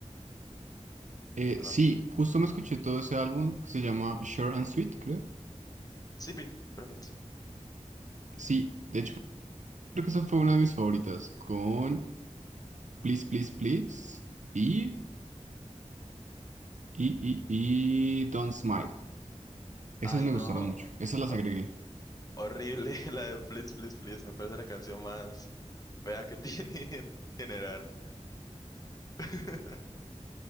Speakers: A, on the right; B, on the left.
A: eh,
B: No,
A: sí,
B: no. sé.
A: justo me escuché todo ese álbum que se llama Short and Sweet, creo.
B: Sí, pi, perfecto.
A: Sí, de hecho creo que esa fue una de mis favoritas con Please, Please, Please y, y, y, y Don't Smile. Esas
B: Ay,
A: me
B: no,
A: gustaron mucho, esas las
B: ho-
A: agregué.
B: horrible <laughs> la de Please, Please, Please. Me parece la canción más fea que <laughs> tiene en general. <laughs>